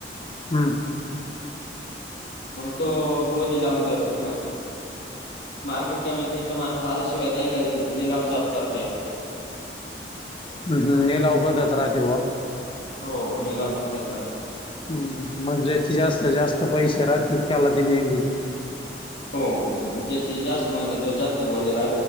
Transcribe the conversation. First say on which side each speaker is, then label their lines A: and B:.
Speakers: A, on the left (about 30°); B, on the left (about 65°).
A: हम्म.
B: मग तो बोली लावून देतो म्ह मार्केट कमिटी चा माणूस आल्याशिवाय त्यांनला लिलाव चालू करता येत.
A: हम् हम् लिलाव होतंच राहते बा.
B: हो लिलाव पद्धत असते
A: हम्म मग जायच. जास्त जास्त पैसे राहतील त्याला ती भेंडी.
B: हो ज्याची जास्त म्हणजे जो जास्त बोलेल <unintelligible>